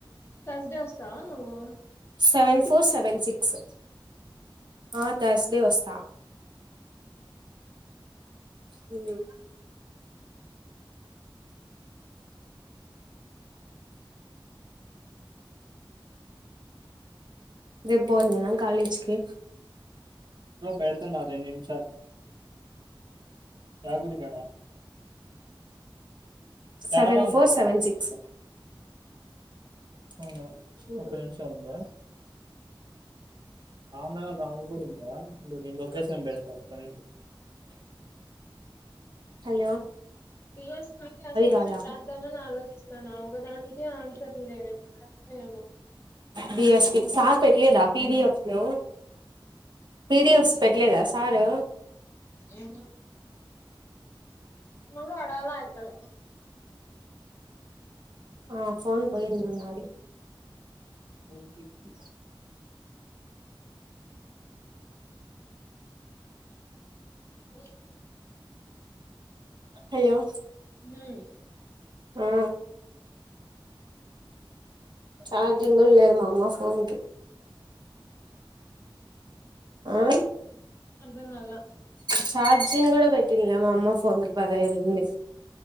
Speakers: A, on the left (about 30°); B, on the right (about 55°).
A: తర్సడే వస్తావా నువ్వు
B: సెవెన్ ఫోర్ సెవెన్ సిక్స్ ఆ తర్స్ డే వస్తా హు రేపు బోలానా కాలేజ్ కి బ్రో పెడుతన్నా రెండు నిమిషాలు యా గుడి కాడా సెవెన్ ఫోర్ సెవెన్ సిక్స్ అవునా ఒక నిమిషం ఉండు అమ్నగల్ రామునీ గుడి ఉందా ఉండు నేను లోకేషన్ బెడతా ఒక్క నిమిషం హలో
A: యుగో సేమ్ అసైన్మెంట్
B: అది కాదా
A: రాద్దామని ఆలోచిస్తాన్న ఒక దానికి ఆన్సర్ లేవు ఎట్లా రాయాలో ఏమో
B: బీఎస్పీ సార్ పెట్టలేదా పిడిఎఫ్ లో పీడిఎఫ్స్ పెట్టలేదా సారు
A: ఉహు ఎవరూ అడగలే అయ్యప్పని
B: ఆ ఫోన్ పోయింది అన్నాది కోపిప్పి
A: ఓ
B: అయ్యో
A: నో
B: ఆ చార్జింగ్ కూడా లేదు మామ్మా ఫోన్కి ఆ
A: అర్థం కాలే
B: ఛార్జింగ్ కూడా పెట్టిండ్లే మా అమ్మ ఫోన్ కి పదహైదు ఉంది